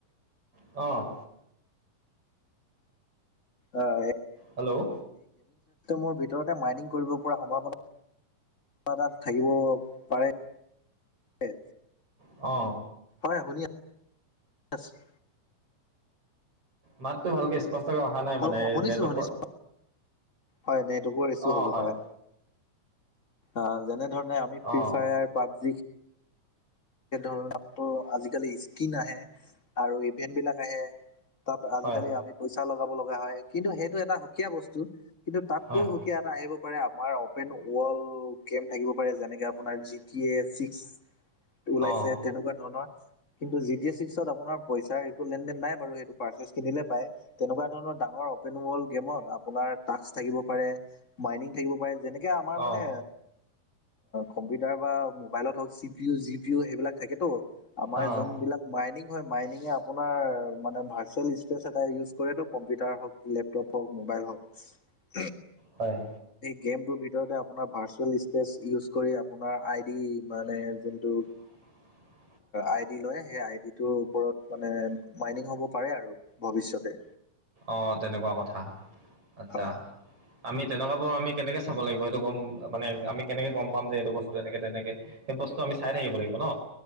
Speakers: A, on the right; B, on the left.
A: অহ
B: অ
A: হেল্ল'
B: মোৰ ভিতৰতে মাইনিং কৰিব পৰা সম্ভাৱনা তাত থাকিব পাৰে
A: অ
B: হয় শুনি আছোঁ অ
A: মাততটো ভালকে স্পষ্টকে অহা নাই মানে
B: অ' শুনিছোঁ
A: নেটৱৰ্কৰ
B: শুনিছোঁ হয় নেটৱৰ্কৰ ইছু
A: অ',
B: হ'ব
A: হয়,
B: পাৰে অ যেনে ধৰণে আমি ফ্ৰী
A: অ',
B: ফায়াৰ পাবজি। এ ধৰণৰ আজিকালি স্কিন আহে আৰু ইভেণ্টবিলাক আহে তাত আজিকালি
A: হয়,
B: আমি পইচা লগাব লগা হয় কিন্তু সেইটো এটা সুকীয়া বস্তুত। কিন্তু তাতকৈও
A: অ',
B: সুকীয়া এটা আহিব আমাৰ অপেন ওৱল গেম থাকিব পাৰে যেনে আপোনা জি টি এ ছিক্স ওলাইছে
A: অ',
B: তেনেকুৱা ধৰণৰ কিন্তু জিটি এচিক্সত আপোনাৰ পইচাৰটো লেনদেন নাই বাৰু সেইটো পাৰ্চছ কিনিলে পায় তেনেকুৱা ধৰণৰ ডাঙ অপেন হল গেমত আপোনাৰ থাকিব পাৰে মাইং থাকিব পাৰে আমাৰ
A: অ',
B: মানে কম্পিউটাৰ বা মোবাইলত হওক চিপিও জিপিও সেইবিলাক থাকেতো আমাৰ
A: অ',
B: যোন বিলাক মাইনিং হয়। মাইনিঙে আপোনাৰ মান ভাৰ্চুৱেল স্পেচ এটা ইউজ কৰেতো কম্পিউটাৰ হওঁক লেপটপ হওঁক মোবাইল হ। হ ও।
A: হয়।
B: গেমটোৰ ভিতৰতে আপোনাৰ ভাৰ্চুৱেল স্পেচ ইউজ কৰি আপোনাৰ আই ডি মানে যোনটো
A: <unintelligible>
B: আই ডি লয় সেই আইডি ৰ ওপৰত মানে মাইনিং হ'ব পাৰে আৰু ভৱিষ্যতে
A: অ তেনেকুৱা কথা আচ্ছা
B: হয়
A: আমি তেনেকুৱাবোৰ আমি কেনেকে চাব লাগিব সেইটো গম মানে আমি কেনেকে গম পাম যে এইটো বস্তু এনেকে তেনেকে বস্তু আমি চাই থাকিব লাগিব ন